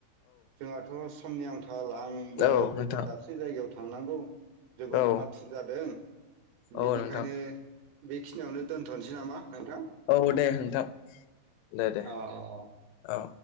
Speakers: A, on the right (about 65°); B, on the left (about 80°).
A: जोंहाथ' समनि आंखाल आंबो
B: औ नोंथां
A: गुबुन दाबसे जायगायाव थां थांनांगौ जोबोद
B: औ
A: आथुर जादों बेनिखायनो
B: औ नोंथां
A: बेखिनियावनो दोनोसै नामा नोंथां
B: औ दे नोंथां दे दे
A: औ औ।
B: औ